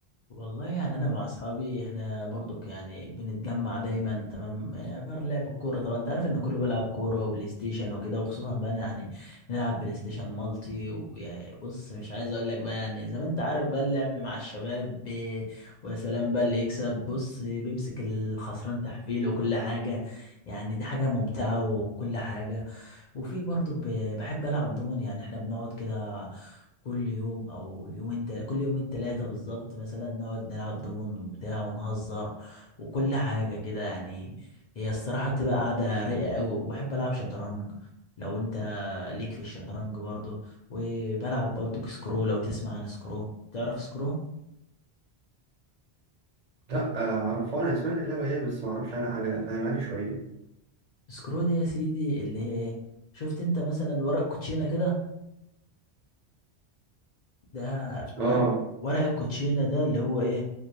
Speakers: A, on the left; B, on the right.
A: والله يعني انا مع اصحابي احنا برضك يعني بنتجمع دايما تمام آه، غير لعب الكوره طبعا انت عارف ان كله بيلعب كوره وبلاي ستيشن وكده وخصوصا بقى أنا يعني نلعب بلاي ستيشن مالتي وبص مش عايز اقول لك بقى يعني زي ما انت عارف بقى اللعب مع الشباب ب- ويا سلام بقى اللي يكسب بص بيمسك الخسران تحفيل وكل حاجه يعني دي حاجه ممتعه وكل حاجه وفي برضك ب- بحب العب دومن يعني احنا بنقعد كده كل يوم او يومين تل... كل يومين ثلاثة بالظبط مثلا نقعد نلعب دومن وبتاع ونهزر وكل حاجة كده يعني هي الصراحة بتبقى قاعدة رايقة قوي وبحب العب شطرنج لو انت ليك في الشطرنج برضه وبلعب برضه سكرو لو تسمع عن سكرو تعرف سكرو
B: لأ آه، عرفوها أنا سمعت اللعبة ديت بس معرفش عنها حاجة فاهماني شوية
A: سكرو دي يا سيدي اللي هي ايه شفت انت مثلا ورق كوتشينة كده ده ورق
B: اه
A: ورق الكوتشينة ده اللي هو ايه